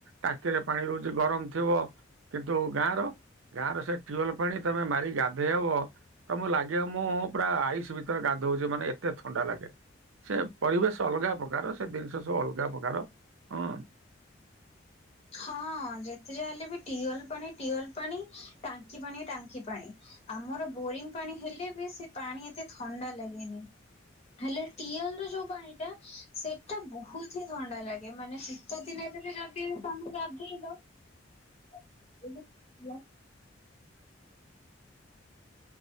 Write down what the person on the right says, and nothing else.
ଟାଙ୍କିରେ ପାଣି ରହୁଛି ଗରମ ଥିବ କିନ୍ତୁ ଗାଁର ଗାଁରେ ସେ ଟ୍ୟୁଲ ପାଣି ତମେ ମାରି ଗାଧେଇ ହବ ତ ମୁଁ ଲାଗିବ ମୁଁ ପୁରା ଆଇସ ଭିତରେ ଗାଧଉଛି ମାନେ ଏତେ ଥଣ୍ଡା ଲାଗେ। ସେ ପରିବେଶ ଅଲଗା ପ୍ରକାର ସେ ଜିନିଷ ସବୁ ଅଲଗା ପ୍ରକାର ହଁ।